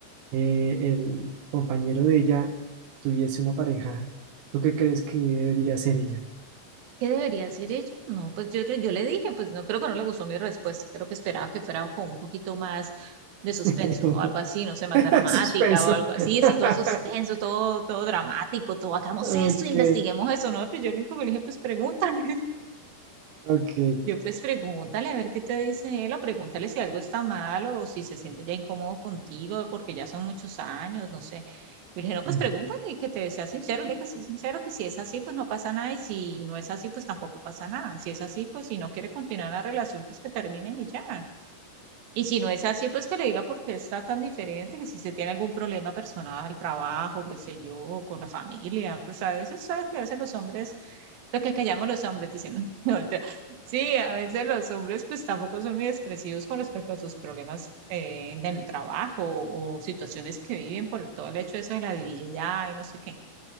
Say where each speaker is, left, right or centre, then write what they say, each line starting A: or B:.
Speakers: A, on the right; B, on the right.
A: eh, el compañero de ella tuviese una pareja, ¿tú qué crees que debería ser ella?
B: ¿Qué debería decir ella? No, pues yo, yo le dije, pues no creo que no le gustó mi respuesta, creo que esperaba que fuera con un poquito más de suspenso
A: <laughs>
B: o algo así, no sé, más dramática
A: Suspenso.
B: o algo así,
A: <laughs>
B: así todo suspenso, todo, todo dramático, todo hagamos
A: Ok.
B: esto, investiguemos eso, ¿no? Pues yo lo único que le dije, pues pregúntale.
A: Ok.
B: Yo pues pregúntale a ver qué te dice él o pregúntale si algo está mal o si se siente ya incómodo contigo porque ya son muchos años, no sé. Yo le dije, no, pues
A: <clears throat>
B: pregúntale y que te sea sincero, le que sea sincero, que si es así, pues no pasa nada y si no es así, pues tampoco pasa nada. Si es así, pues si no quiere continuar la relación, pues que terminen y ya. Y si no es así, pues que le diga por qué está tan diferente, que si se tiene algún problema personal, trabajo, qué sé yo, con la familia, pues a veces sabes que a veces los hombres lo que callamos los hombres, dicen. <laughs> No, mentira. Sí, a veces los hombres pues tampoco son muy expresivos con respecto a sus problemas eh, en el trabajo o situaciones que viven por todo el hecho de eso de la divinidad y no sé qué.